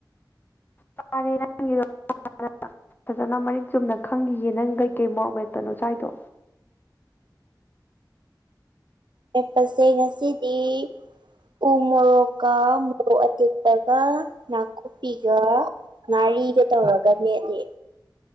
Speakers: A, on the left; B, on the right.
A: ꯆꯥꯔꯦ <unintelligible> ꯐꯖꯅ ꯃꯔꯤꯛ ꯆꯨꯝꯅ ꯈꯪꯒꯤꯒꯦ ꯅꯪ ꯀꯩꯀꯩ ꯃꯣꯔꯣꯛ ꯃꯦꯠꯄꯅꯣ ꯆꯥꯏꯗꯣ
B: ꯂꯦꯞꯄꯁꯦ ꯉꯁꯤꯗꯤ ꯎ ꯃꯣꯔꯣꯛꯀ ꯃꯣꯔꯣꯛ ꯑꯇꯦꯛꯄꯒ ꯅꯥꯀꯨꯞꯄꯤꯒ ꯉꯔꯤꯒ ꯇꯧꯔꯒ ꯃꯦꯠꯂꯦ